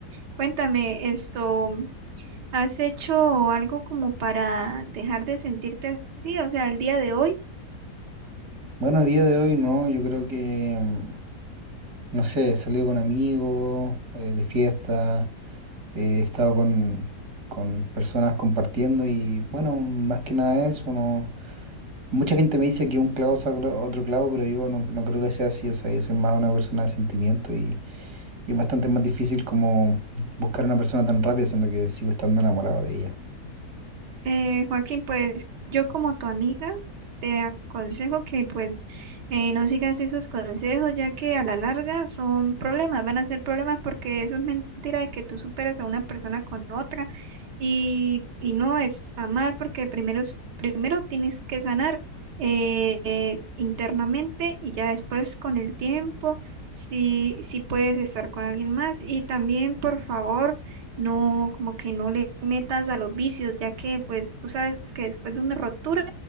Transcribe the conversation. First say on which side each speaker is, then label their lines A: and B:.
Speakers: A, on the right (about 80°); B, on the right (about 70°).
A: cuéntame esto, ¿has hecho algo como para dejar de sentirte así? O sea, el día de hoy.
B: Bueno, a día de hoy no, yo creo que, mm, no sé, he salido con amigos, eh, de fiesta. He estado con, con personas compartiendo y bueno, más que nada eso, no. Mucha gente me dice que un clavo saca otro clavo, pero yo no, no creo que sea así. O sea, yo soy más una persona de sentimiento y, y es bastante más difícil como buscar a una persona tan rápida, siendo que sigo estando enamorado de ella.
A: Eh, Joaquín, pues yo como tu amiga te aconsejo que pues eh, no sigas esos consejos, ya que a la larga son problemas, van a ser problemas porque eso es mentira de que tú superas a una persona con otra y, y no está mal porque primero, es- primero tienes que sanar eh, eh, internamente y ya después con el tiempo si, si puedes estar con alguien más y también por favor no, como que no le metas a los vicios, ya que pues tú sabes que después de una rotura